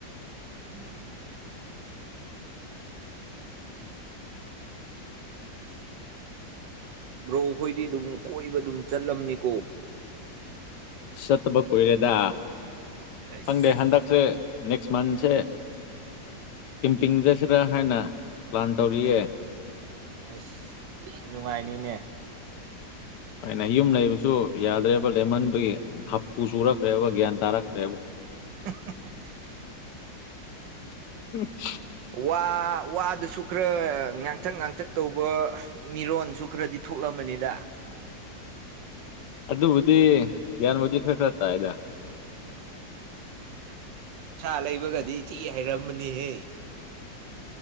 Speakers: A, on the right; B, on the left.
A: ꯎꯝ ꯕ꯭ꯔꯣꯈꯣꯏꯗꯤ ꯗꯨꯝ ꯀꯣꯏꯕ ꯗꯨꯝ ꯆꯠꯂꯝꯅꯤꯀꯣ
B: ꯆꯠꯇꯕ ꯀꯨꯏꯔꯦꯗ
A: ꯑꯩꯁ
B: ꯈꯪꯗꯦ ꯍꯟꯗꯛꯁꯦ ꯅꯦꯛꯁ ꯃꯟꯁꯦ ꯀꯦꯝꯄꯤꯡ ꯆꯠꯁꯤꯔꯥ ꯍꯥꯏꯅ ꯄ꯭ꯂꯥꯟ ꯇꯧꯔꯤꯌꯦ
A: ꯑꯁ ꯊꯤ ꯅꯨꯡꯉꯥꯏꯅꯤꯅꯦ
B: ꯍꯣꯏꯅꯦ ꯌꯨꯝ ꯂꯩꯕꯁꯨ ꯌꯥꯗ꯭ꯔꯦꯕ ꯂꯦꯃꯟꯕꯒꯤ ꯍꯥꯄꯨ ꯆꯨꯔꯛꯈ꯭ꯔꯦꯕ ꯒ꯭ꯌꯥꯟ ꯇꯥꯔꯛꯇ꯭ꯔꯦꯕ
A: <unintelligible>
B: <unintelligible>
A: ꯋꯥ ꯋꯥꯗꯨꯁꯨ ꯈ꯭ꯔ ꯉꯥꯡꯇꯛ ꯉꯥꯡꯇꯛ ꯇꯧꯕ ꯃꯤꯔꯣꯟꯁꯨ ꯈ꯭ꯔꯗꯤ ꯊꯣꯛꯂꯝꯃꯅꯤꯗ
B: ꯑꯗꯨꯕꯨꯗꯤ ꯒ꯭ꯌꯥꯟꯕꯨꯗꯤ ꯈ꯭ꯔ ꯈ꯭ꯔ ꯇꯥꯏꯗ
A: ꯁꯥ ꯂꯩꯕꯒꯗꯤ ꯊꯤ ꯍꯩꯔꯝꯃꯅꯤꯍꯦ